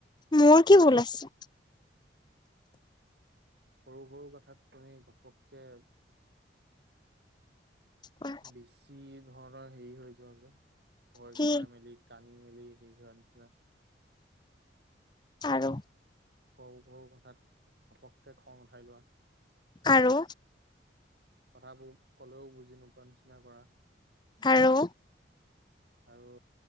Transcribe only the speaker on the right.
সৰু সৰু কথাত তুমি ঘপককে,
বেছি ধৰণৰ হেৰি হৈ যোৱা যে ভয়
খাই মেলি, কানি মেলি সেইদিনাৰ নিচিনা।
সৰু সৰু কথাত ঘপককে খং উঠাই লোৱা।
কথাবোৰ ক'লেও বুজি নোপোৱা নিচিনা কৰা।
আৰু